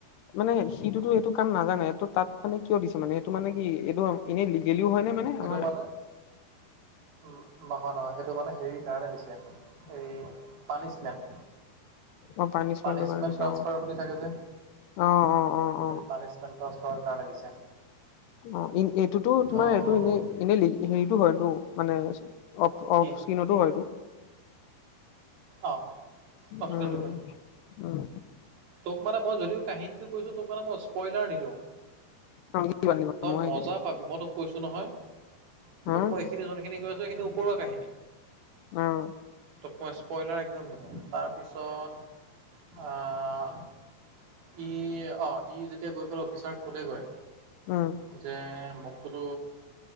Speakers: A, on the left (about 80°); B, on the right (about 65°).
A: মানে সিটোতো সেইটো কাম নাজানে। ত' তাত মানে কিয় দিছে মানে, সেইটো মানে কি এইটো এনেই লিগেলিও হয় নে মানে?
B: সেইটো
A: আমাৰ
B: মানে উম, নহয় নহয় সেইটো মানে হেৰি কাৰণে দিছে, এই পানিছমেণ্ট।
A: অ পানিচমেন্টৰ
B: পানিচমেন্ট
A: কাৰণে দিছে
B: ট্ৰানঞ্চফাৰ
A: অ
B: বুলি থাকে যে।
A: অ' অ'। অ অ
B: এই পানিচমেণ্ট টান্সপাৰৰ কাৰণে দিছে।
A: অ' এইটোতো তোমাৰ
B: ত'
A: এইটো এনে এনেই হেৰিতটো হয় এইটো মানে অফ
B: কি
A: অফ স্কিনতো হয়তো
B: অ' অপচেলটো
A: উম
B: হয়।
A: উম
B: তোক মানেই মই যদিও কাহিনীটো কৈছোঁ, তোক মানে মই স্প্ৰইলাৰ নিদিওঁ।
A: ব
B: তই
A: মই
B: মজা
A: ন <unintelligible>
B: পাবি মই তোক কৈছো নহয়, তোক
A: উম
B: মই এইখিনি জনোনখিনি কৈ আছো, এইখিনি ওপৰুৱা কাহিনী।
A: অ'।
B: তোক মই স্পইলাৰ একদম নিদিও তাৰপিছত আহ ই অ' ই যেতিয়া গৈ পেলাই অফিচাৰক শুধে গৈ
A: উম।
B: যে মোকটোতো